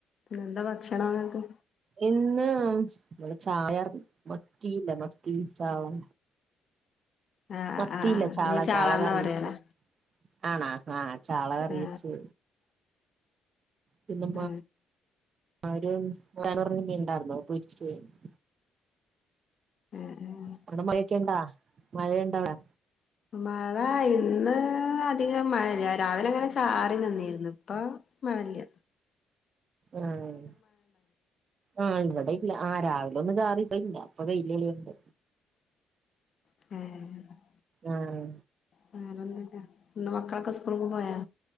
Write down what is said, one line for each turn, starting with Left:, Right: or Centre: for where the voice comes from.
Left: എന്താഭക്ഷണങ്ങക്ക്?
Right: ഇന്ന് മ്മടെ ചായർ മത്തിയില്ല മത്തി ചാ ള
Left: ആ
Right: മത്തിയില്ല
Left: ആ
Right: ചാള
Left: നിങ്ങള് ചാളാന്നാ
Right: ചാളകറിയെച്ച്
Left: പറയലാ
Right: ആണ ആഹ് ചാളകറിയെച്ച്
Left: ആ
Right: പിന്നെ
Left: ആ
Right: ആ ഒരു കറ വീണ്ടായിരുന്നോ പിരിച്ച് <unintelligible>
Left: ആ ആ
Right: അവിടെ മയൊക്കെണ്ടാ മഴയുണ്ടാ വിടെ?
Left: മഴ ഇന്ന് അധികം മഴല്ല രാവിലങ്ങനെ ചാറി നിന്നിരുന്നു പ്പ മഴെല്ല
Right: ആഹ് ആഹ് ഇവിടെയില്ല ആഹ് രാവിലെ ഒന്ന് ചാ റിഇപയില്ല പ്പ വെയില്ളിയുന്നുണ്ട്
Left: ആഹ്
Right: ആഹ്
Left: ഫാനൊന്നിട ഇന്ന് മക്കളൊക്കെ സ്കൂളിക്ക് പോയാ